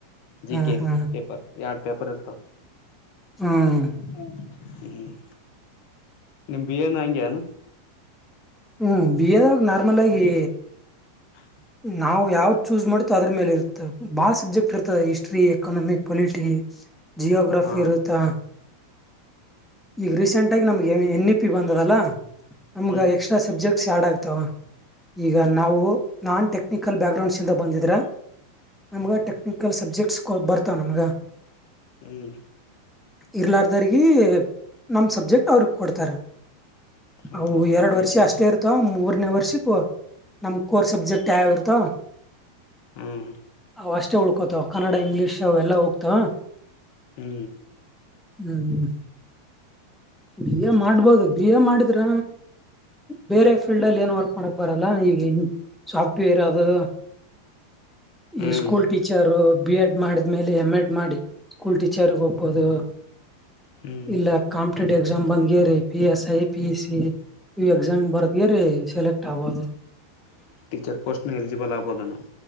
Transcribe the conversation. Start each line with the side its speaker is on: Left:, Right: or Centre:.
Left: ಜಿ
Centre: ಹ್ಮ್
Left: ಕೆ
Centre: ಹ್ಮ್
Left: ಪೇಪರ್ ಯಾಡ ಪೇಪರ್ ಇರ್ತವ.
Centre: ಹ್ಮ್
Left: ಹ್ಮ್ ಹ್ಮ್ ನಿಮ್ ಬಿಎ ನೂ ಹಂಗೆ ಏನು?
Centre: ಹ್ಮ್ ಬಿಎದಾಗ ನಾರ್ಮಲ್ ಆಗಿ
Left: ಹ
Centre: ನಾವು ಯಾವ್ದ್ ಚೂಸ್ ಮಾಡ್ತು ಅದ್ರ ಮೇಲೆ ಇರ್ತವೆ ಬಾಳ ಸಬ್ಜೆಕ್ಟ್ ಇರ್ತದೆ ಹಿಸ್ಟ್ರಿ ಎಕನಮಿಕ್ ಪೊಲಿಟಿ. ಜಿಯೋಗ್ರಫಿ
Left: ಹಾ
Centre: ಇರುತ್ತಾ. ಈಗ ರೀಸೆಂಟ್ ಆಗಿ ನಮಗ ಎನ್ ಎನ್ ಇ ಪಿ ಬಂದದಲ್ಲಾ ನಮ್ಗ
Left: ಹ್ಮ್
Centre: ಎಕ್ಸ್ಟ್ರಾ ಸಬ್ಜೆಕ್ಟ್ಸ್ ಆ್ಯಡ್ ಆಗ್ತಾವ. ಈಗ ನಾವು ನಾನ್ ಟೆಕ್ನಿಕಲ್ ಬ್ಯಾಕ್ಗ್ರೌಂಡಸ ಇಂದ ಬಂದಿದ್ರ ನಮ್ಗ
Left: ಹ್ಮ್
Centre: ಟೆಕ ಸಬ್ಜೆಕ್ಟ್ಸ್ ಗೋಳ ಬರ್ತಾವ ನಮಗ
Left: ಹ್ಮ್
Centre: ಇರ್ಲಾದವರಿಗಿ ನಮ ಸಬ್ಜೆಕ್ಟ್ ಅವರಿಗ ಕೊಡ್ತಾರ.
Left: ಹ
Centre: ಅವು
Left: ಹಾ
Centre: ಎರಡ
Left: ಎನ್
Centre: ವರ್ಷ
Left: ಇ ಪಿ
Centre: ಅಷ್ಟೇ ಇರ್ತ ಮತ್ತ ಮೂರ್ನೇ ವರ್ಷಕ್ಕ ನಮ್ ಕೋರ್ ಸಬ್ಜೆಕ್ಟ್ ಯಾವ್ ಯಾವ್ ಇರ್ತಾವ್
Left: ಹಂ
Centre: ಅವ್ ಅಷ್ಟೇ ಉಳ್ಕೋತಾವ ಕನ್ನಡ ಇಂಗ್ಲೀಷ್ ಅವೆಲ್ಲಾ ಹೋಗ್ತಾವ.
Left: ಹ್ಮ
Centre: ಹ್ಮ್ ಹ್ಮ್ ಬಿ ಎ ಮಾಡ್ಬೋದು ಬಿಎ ಮಾಡಿದ್ರ ಬೇರೆ ಫೀಲ್ಡ್ ಅಲ್ಲಿ ಏನ್ ವರ್ಕ್ ಮಾಡಕ್ ಬರಲ್ಲ ಈಗ ಹೆಂಗ್ ಸಾಫ್ಟ್ವೇರ್ ಅದು.
Left: ಹ್ಮ್
Centre: ಈ ಸ್ಕೂಲ್ ಟೀಚರ್ರೂ ಬಿ ಎಡ್ ಮಾಡಿದ್ಮೇಲೆ ಎಮ್ ಎಡ್ ಮಾಡಿ ಸ್ಕೂಲ್ ಟೀಚರ್ಗ ಹೋಗಬೋದು
Left: ಹ್ಮ್
Centre: ಇಲ್ಲ ಕಾಂ ಕಾಂಪಿಟೇಟಿವ್ ಎಕ್ಸಾಮ್ ಬಂದಗೆರೆ P S I P C ಈ ಎಕ್ಸಾಮ್ ಬರದ್ಗೆರೆ ಸೆಲೆಕ್ಟ್ ಆಗೋದು.
Left: ಟೀಚರ್ ಪೋಸ್ಟ್ನು ಎಲಿಜಿಬಲ್ ಆಗ್ಬೋದನ